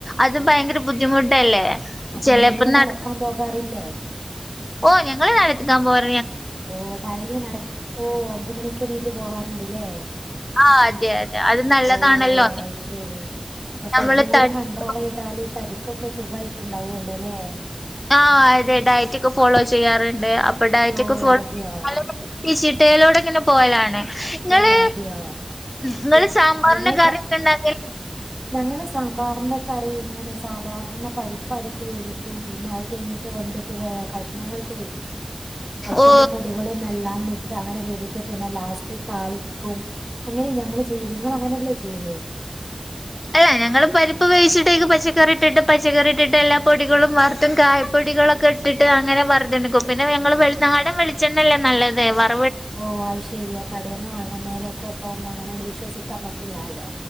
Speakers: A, on the left (about 35°); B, on the right (about 30°).
A: അത് ഭയങ്കര ബുദ്ധിമുട്ടല്ലേ
B: അപ്പം
A: ചെലപ്പം
B: നിങ്ങൾ നടക്കാൻ പോകാറില്ലേ
A: ഓ ഞങ്ങള് നടക്കാൻ പോൽ
B: ഓ ഡൈലി ന്നടക് കോ അഞ്ചുമണിക്ക് എണീറ്റ് പോകാറ്ണ്ട് ലേ
A: ആഹ് അതെ അതെ അത് നല്ലതാണല്ലോ
B: ഓ അഅ് ശെരി അപ്പം ഫുഡ്ഡും
A: നമ്മള്
B: കൂടി
A: തടി
B: കൺണ്ട്രോളെയ്താല് തടി ക്കൊക്കോ സുഖായിട്ട്ണ്ടാഉഅല്ലൊ ലേ
A: ആ അതെ ഡയറ്റൊക്കെ ഫോളോ ചെയ്യാറ്ണ്ട് അപ്പൊ ഡയറ്റൊക്കെ
B: ഓ
A: ഫോളോ
B: അതെയോ
A: <unintelligible> <unintelligible> തേലോടെങ്ങന പോയാലാണ്. ഇങ്ങള്
B: ഓ അതെയോ
A: ഇങ്ങള്
B: പി
A: സാമ്പാറിന്
B: നിങ്ങൾ
A: കറി
B: ട്ര
A: എത്താ ഉണ്ടാക്കല്.
B: ഞങ്ങള് സാമ്പാറ് ഇന്റെ കറി ഇങ്ങനെ സ് സാധാരണ പരിപ്പ് അതിട്ട് വേവിക്കും പിന്നെ അയ് കഴിഞ്ഞിട്ട് വെന്ത്ട്ട് വേ കഷ്ണങ്ങൾ ഇട്ട് വേവിക്കും അയ്ക്കെന്നെ
A: ഓ
B: പൊടികളും എല്ലാം ഇട്ട് അങ്ങനെ വേവിക്കും പിന്നെ ലാസ് റ്റ് താളിക്കും അങ്ങനെ ഞങ്ങള് ചെയ്യല്, ഇങ്ങള് അങ്ങനെ അല്ലേ ചെയ്യല്.
A: പാ ഞങ്ങളും പരിപ്പ് വേിച്ചിട്ട് അയ്ക്ക് പച്ചക്കറി ഇട്ടിട്ട് പച്ചക്കറി ഇട്ടിട്ട് എല്ലാ പൊടികളും വർത്തും കായ പൊടികളൊക്കെ ഇട്ടിട്ട് അങ്ങനെ വർതെണ്ക്കും പിന്നെ വെങ്ങൾ വെൾ നാടൻ വെളിച്ചെണ്ണ അല്ലേ നല്ലത് വർ
B: ഓ അയ് ശെരിയാ കടേന്ന് വാങ്ങുന്നേലൊക്കെ ഇപ്പം അങ്ങനെയങ്ങ്ട് വിശ്വസിക്കാൻ പറ്റില്ലല്ലോ